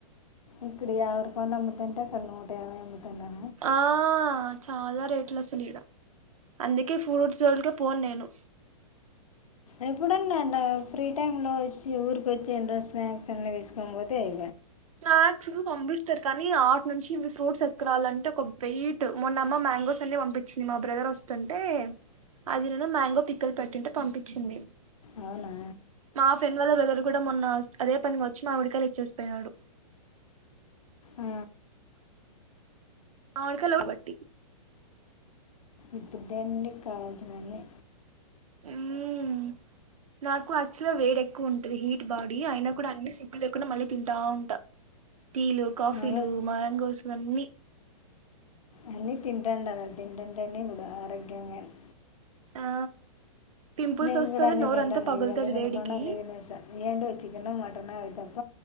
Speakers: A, on the left (about 70°); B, on the right (about 65°).
A: ఇక్కడ యాభై రూపాయలు అమ్ముతుంటే అక్కడ నూట యాభై అమ్ముతున్నారు
B: ఆ చాలా రేట్లు అసలు ఈడ అందుకే ఫ్రూట్ జోల్కె పోను నేను
A: ఎప్పుడున్నా అలా ఫ్రీ టైమ్ లో వచ్చి ఊరికొచ్చి ఏడ్రో స్నాక్స్ అన్ని తీసుకని బోతే అ
B: స్నాక్స్ పంపిస్తారు కా నీ ఆటు నుంచి ఫ్రూట్స్ ఎత్కురాల అంటే ఒక వెయిట్ మొన్న అమ్మ మ్యాంగోస్ అన్ని పంపించింది మా బ్రదర్ వస్తే అంటే అది నేను మ్యాంగో పిక్కలు పెట్టింటే పంపించింది
A: అవునా
B: మా ఫ్రెండ్ వాళ్ల బ్రదర్ కూడా మొన్న అదే పనిగ వచ్చి మావిడికాయలు ఇచ్చేసిపోయినాడు.
A: ఆ,
B: మావిడికాయలు కాబట్టి
A: ఇప్పుదే అండి కావాల్సినన్ని
B: మ్మ్ నాకు యాక్చువల్ గా వేడ్ ఎక్కువ ఉంటది హీట్ బాడీ అయినా కూడా అన్ని సిగ్గు లేకుండా మళ్ళీ తింటా ఉంటా టీలు కాఫీలు
A: మామూలు
B: మ్యాంగోస్ ఇవన్నీ
A: అన్నీ తింటూ ఉండలా తింటంటేనే గూడ ఆరోగ్యంగాని
B: ఆ పింపుల్స్
A: నేను
B: వస్తది
A: కూడా అన్ని
B: నోరంతా
A: తింటాను
B: పగులుతది
A: ఇవన్నీ తినకుండ
B: వేడికి
A: అన్ని తినేసా ఏంటో చికెన్ మటన్ అవి తప్ప